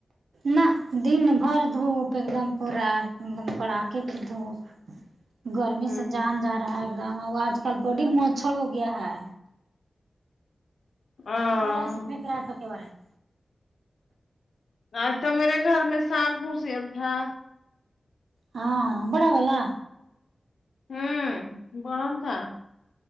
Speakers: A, on the right; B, on the left.
A: نہ دن بھر دھوپ ایک دم پورا ایک دم کڑا کے کی دھوپ گرمی
B: ہوں
A: سے جان جا رہا ہے ایک دم آج کل بڑی مچہر ہو گیا ہے
B: ہاں
A: <unintelligible>
B: آج تو میرے گھر میں سانپ گھسگیا تھا
A: ہاں بڑا والا
B: ہمم بڑا تھا